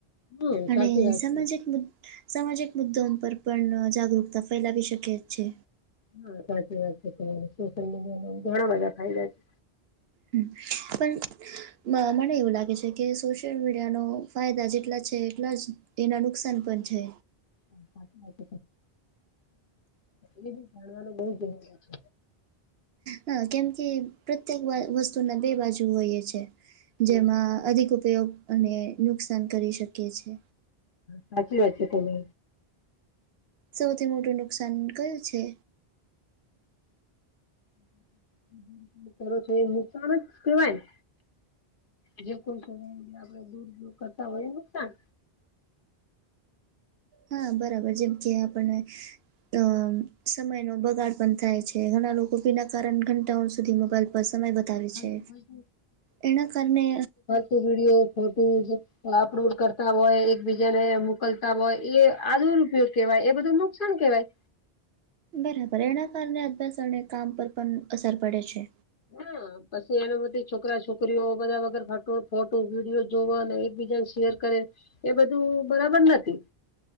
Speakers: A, on the left; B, on the right.
A: હમ્મ
B: અને
A: સાચી વાત
B: સામાજિક
A: છે.
B: મુ... સામાજિક મુદ્દાઓ પર પણ જાગૃતિ ફેલાવી શકે છે.
A: હા, સાચી વાત છે તમારી સોશિયલ મીડિયાના ઘણા બધા ફાયદા છે.
B: હમ પણ. મને એવું લાગે છે કે સોશિયલ મીડિયાના ફાયદા જેટલા છે, એટલા જ... એના નુકસાન પણ છે.
A: <inaudible> એ બી જાણવાનું બવ જરૂરી છે.
B: હ કેમ કે પ્રત્યેક બા વસ્તુના બે બાજુ હોઈએ છે
A: હા
B: જેમાં અધિક ઉપયોગ અને નુકસાન કરી શકીએ છે.
A: સાચી વાત છે તમે
B: સૌથી મોટું નુકસાન કયું છે?
A: <unintelligible> કરો છો એ નુકસાન જ કેવાય ને જે કોઈ <unintelligible> આપડે <unintelligible> કરતા હોય એ નુકસાન
B: હા બરાબર જેમ કે આપણને ત સમયનો બગાડ પન થાય છે ઘણા લોકો બીના કારણ ઘંટાઓ સુધી મોબાઈલ પર સમય બતાવે
A: ફાલતુ
B: છે
A: ફાલતુ
B: એના કારને
A: એ વિડીયો ફોટોઝ અપલોડ કરતા હોય એકબીજાને મોકલતા હોય એ આ દુરપયોગ કેવાય એ બધું નુકસાન કેવાય.
B: બરાબર એના કારણે અભ્યાસ અણે કામ પર પન અસર પડે છે.
A: હાં પછી એના બધી છોકરા છોકરીઓ બધા વગર ફટો ફોટો વિડીયો જોવા ને એકબીજાને શેર કરે. એ બધું બરાબર નથી